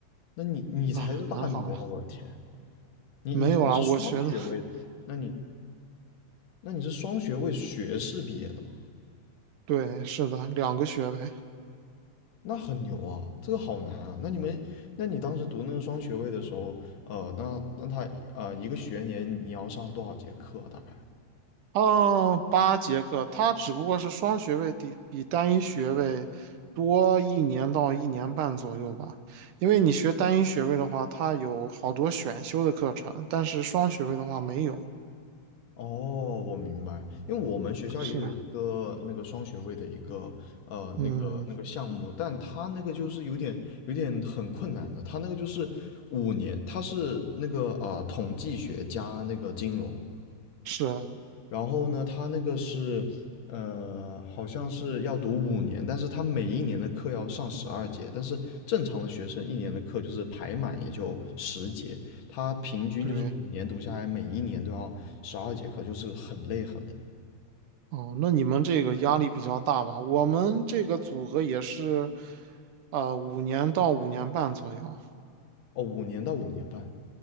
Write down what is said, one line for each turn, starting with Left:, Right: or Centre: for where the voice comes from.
Left: 那你你才是大牛啊，
Right: 啊，还好，
Left: 我的天！你你读的是双学位，
Right: 没有啊，我学的，<laughs>
Left: 那你那你是双学位学士毕业的吗？
Right: 对，是的，两个学位，
Left: 那很牛啊，这个好难啊。那你们，那你当时读那个双学位的时候，呃，那那他呃一个学年你要上多少节课啊大概？
Right: 哦，八节课，它只不过是双学位比比单一学位多一年到一年半左右吧，因为你学单一学位的话，它有好多选修的课程，但是双学位的话没有，
Left: 哦，我明白，因为我们学校也有一个那个双学位的一个呃那个那个项目，
Right: 是，嗯，
Left: 但他那个就是有点有点很困难的，他那个就是五年，他是那个呃统计学加那个金融，
Right: 是。
Left: 然后呢，他那个是，呃，好像是要读五年，但是他每一年的课要上十二节，但是正常的学生一年的课就是排满也就十节，他平均就是五年读下来，
Right: 对，
Left: 每一年都要十二节课，就是很累很累。
Right: 哦，那你们这个压力比较大吧？我们这个组合也是，呃，五年到五年半左右。
Left: 哦，五年到五年半。